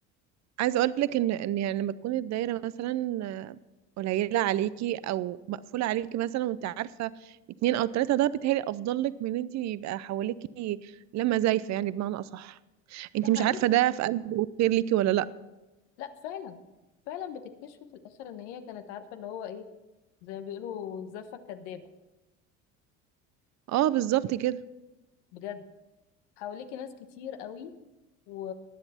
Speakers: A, on the right; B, on the left.
A: عايزه اقول لك ان ان يعني لما تكون الدايره مثلا آه، قليله عليكي او مقفوله عليكي مثلا وانت عارفه اتنين او تلاته ده بيتهيألي افضل لك من ان انت يبقى حواليكي لما زايفه يعني بمعنى اصح انت
B: ده
A: مش
B: حقيقي
A: عارفه ده في قلبه خير ليكي ولا لا
B: لا فعلا فعلا بتكتشفي في الاخر ان هي كانت عارفه اللي هو ايه زي ما بيقولوا زفه كدابه
A: اه بالظبط كده
B: بجد حواليكي ناس كتير قوي و...